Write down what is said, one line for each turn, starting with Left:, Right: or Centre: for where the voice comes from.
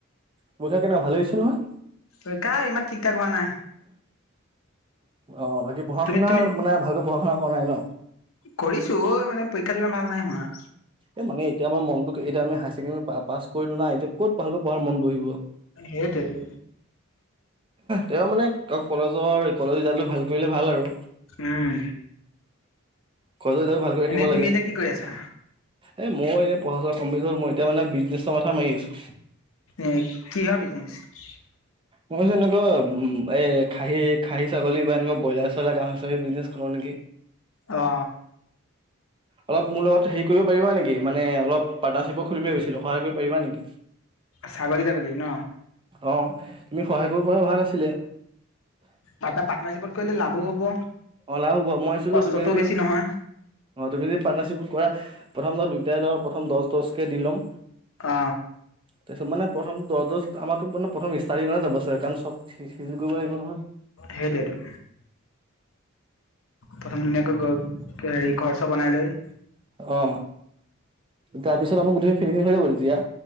Right: পৰীক্ষা কেনেকুৱা ভালে হৈছে নহয়?
Left: পৰীক্ষা, ইমান ঠিক-ঠাক হোৱা নাই।
Right: অ, বাকী পঢ়া-শুনা
Left: তুমি তুমি
Right: মানে ভালকৈ পঢ়া-শুনা কৰা নাই ন?
Left: কৰিছো অই, মানে পৰীক্ষাত ইমান ভাল নাই হোৱা।
Right: এ মানে, এতিয়া আমাৰ মনতো এতিয়া আমাৰ হায়াৰ চেকেণ্ডেৰী পা-পাছ কৰিলো না, এতিয়া ক'ত পাহৰিব পঢ়াৰ মন বহিব?
Left: সেইটোৱেতো
Right: তেওঁ মানে আকৌ কলেজৰ-কলেজ ৰিজাল্টো ভাল কৰিলে, ভাল আৰু
Left: উম
Right: কলেজৰ ৰিজাল্ট ভালকে ৰাখিব
Left: এনেই তুমি
Right: লাগে।
Left: এতিয়া কি কৰি আছা
Right: এ মই এনেই, পঢ়া-শুনা কম্পলিত হ'ল, মই এতিয়া মানে বিজনেছৰ মাথা মাৰি আছো।
Left: এ, কিহৰ বিজনেছ?
Right: মই মানে এনেকুৱা, উম এ, খাহী-খাহী ছাগলী বা এনেকুৱা ব্ৰইলাৰ-চইলাৰ, গাহৰি-চাহৰি বিজনেছ কৰো নেকি?
Left: অ
Right: অলপ মোৰ লগত হেৰি কৰিব পাৰিবা নেকি, মানে অলপ পাৰ্টনাৰশ্বিপো খুলিম বুলি ভাবিছিলোঁ, অলপ সহায় কৰিব পাৰিবা নেকি?
Left: ছাগলী তাগলী ন
Right: অ, তুমি সহায় কৰিব পৰা, ভাল আছিলে।
Left: টা- পাৰ্টনাৰশ্বিপত কৰিলে লাভো হ'ব।
Right: অ, লাভ হ'ব, মই ভাবিছিলো
Left: কষ্টটোও
Right: তুমি যদি,
Left: বেছি নহয়
Right: অ, তুমি যদি পাটনাৰশ্বিপত কৰা, প্ৰথম দুয়োটাই ধৰক প্ৰথম দহ দচকে দি ল'ম,
Left: অ
Right: তাৰপাছত মানে প্ৰথমটো দহ-দজ, আমাৰতো মানে প্ৰথম ষ্টাৰ্টিঙৰ হয় যাব চ কাৰণ চব চিজিল কৰিব লাগিব নহয়।
Left: সেইটোৱে তো প্ৰথম ধুনীয়াকৈ, ঘৰ, হেৰি ঘৰ-চৰ বনাই লৈ
Right: অ তাৰপিছত আমাৰ গোটেই, ফিৰি হৈ যাব তেতিয়া